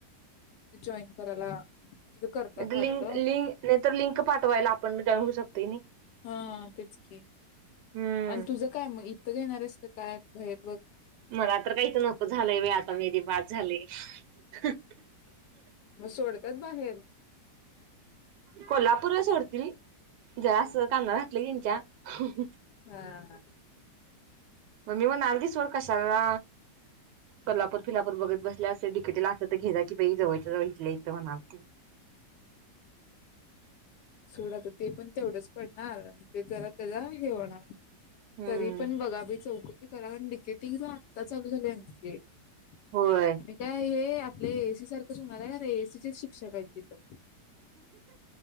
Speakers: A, on the left; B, on the right.
A: <inaudible> जॉईन करायला तिथ करतात म्हणे.
B: लिंक लिंक नाही तर लिंक पाठवायला आपण जाऊ शकतोय नी. <inaudible>
A: हा तेच की
B: हम्म
A: आणि तुझं काय मग इथं घेणार आहेस का काय बाहे
B: मला तर काहीच नको झालंय बाई आता मेरी बाद झाली. <inaudible>
A: मग सोडतात बाहेर? <inaudible>
B: कोल्हापूरला सोडतील जरा असं कानावर घातलं यांच्या <inaudible>
A: ह ह.
B: मम्मी म्हनालती सोड कशाला? कोल्हापूर फिलापूर बघत बसल्या असे डी के टी ला असल तर घे जा की बाई जवळच्या जवळ इथल्या इथ म्हणालती.
A: सोडा आता ते पण तेवढंच पडणार ते जरा त्याचा हे होणार.
B: हम्म
A: तरी पण बघा बाई चौकशी करा कारण डी के टी ला तर आत्ता चालू झालीये एम सी ए. <inaudible>
B: होय
A: आणि काय हे आपले ए एस सी सारखंच होणार आहे ए एस सीचे शिक्षक आहेत तिथं.